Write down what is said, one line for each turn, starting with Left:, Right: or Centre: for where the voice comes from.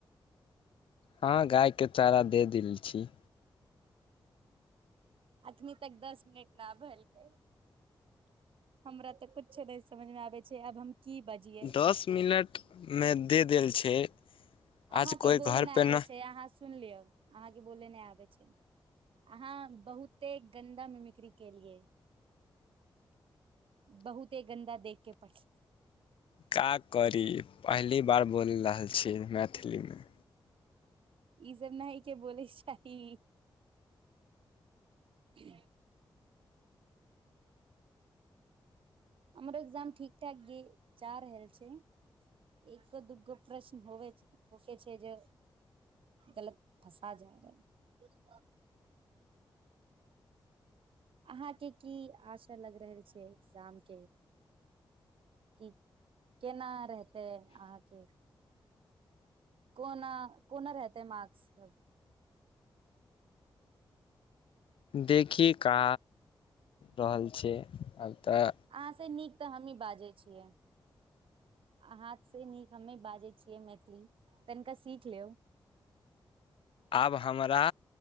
Left: हँ गाय के चारा दे देल छी
Right: अखनी तक दस मिनट ना भैलकै हमरा तऽ कुछो नय समझ मे आबे छै आब हम की बजी
Left: दस मिनटमे दे देल छै
Right: अहाँके
Left: आज कोइ
Right: बोले
Left: घरपे
Right: नय आबे
Left: न
Right: छै अहाँ सुन लियौ अहाँके बोले नय आबै छै अहाँ बहुते गन्दा मिमिक्री केलियै बहुते गन्दा देखके पढ़ै
Left: का करी पहली बार बोलि रहल छी मैथिलीमे
Right: ई सब न हय के बोलैके चाही <inaudible> हमर इग्जाम ठीक ठाक गीचा रहल छै एक दू्गो प्रश्न होवे होके छै जे गलत फँसा जा रहै अहाँके की आशा लग रहल छै इग्जाम के की केना रहतै अहाँके कोना कोना रहतै मार्क्स सब
Left: देखि का रहल छै आब तऽ
Right: अहाँ से नीक तऽ हमहीं बाजै छियै हाथ से नीक हम्मे बाजै छियै मैथिली तनिका सीख लेव
Left: आब हमरा